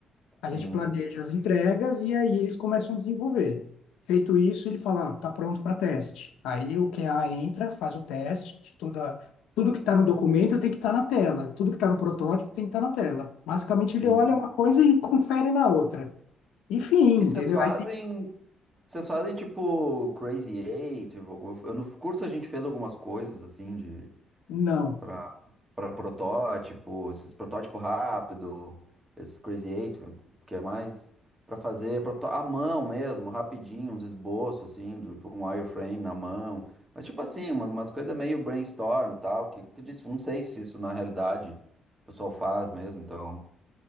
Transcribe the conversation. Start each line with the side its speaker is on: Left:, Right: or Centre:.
Right: Sim.
Left: A gente planeja as entregas e aí eles começam a desenvolver. Feito isso, ele fala, ah, tá pronto para teste. Aí o QA entra, faz o teste de toda, tudo que está no documento tem que estar na tela, tudo que está no protótipo tem que estar na tela. Basicamente,
Right: Sim.
Left: ele olha uma coisa e <laughs> confere na outra. E fim, entendeu?
Right: E vocês fazem
Left: Aí tem,
Right: Vocês fazem tipo Crazy Eight? algum- Eu no curso a gente fez algumas coisas assim de
Left: não.
Right: pra, pra protótipo, esses protótipo rápido, esses Crazy Eight, que é mais pra fazer proto- à mão mesmo, rapidinho, uns esboços assim, de- tipo um wireframe na mão. Mas tipo assim, uma- umas coisas meio brainstorm e tal, que, que eu disse, não sei se isso na realidade o pessoal faz mesmo, então.